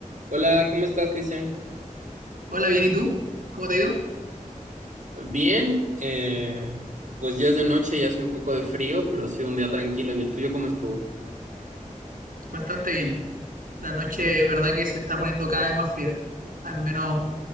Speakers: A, on the right (about 60°); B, on the right (about 85°).
A: Hola, ¿cómo estás, Cristian?
B: Hola, bien, ¿y tú? ¿Cómo te ha ido?
A: Bien, eh, pues ya es de noche y hace un poco de frío, pero ha sido un día tranquilo. ¿Y el tuyo cómo estuvo?
B: Bastante bien. La noche es verdad que se está poniendo cada vez más fría. Al menos